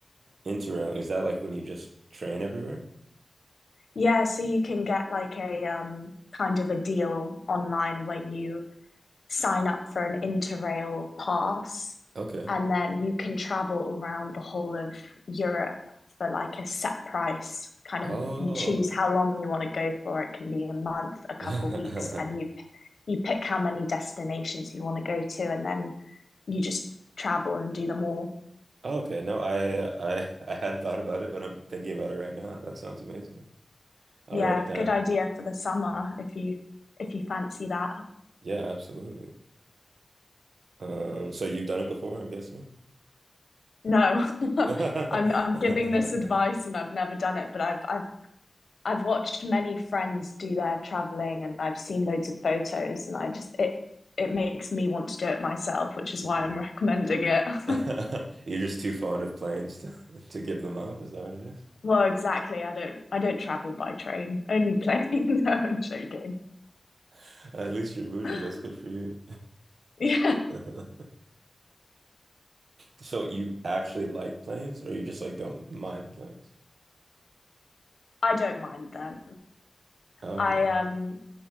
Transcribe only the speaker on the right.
Interrailing, is that like when you just train everywhere?
Okay.
Oh.
<laughs>
Okay. No, I I I hadn't thought about it, but I'm thinking about it right now. That sounds amazing. I'll
write it down.
Yeah, absolutely. Um, so you've done it before, I'm guessing.
<laughs>
Hmm.
<laughs>
You're just too fond of planes to, <laughs> to give them up. Is that what it is?
<laughs> At least you're bougie.
That's good for you.
<laughs> So you actually like planes, or you just like don't mind planes?
Okay.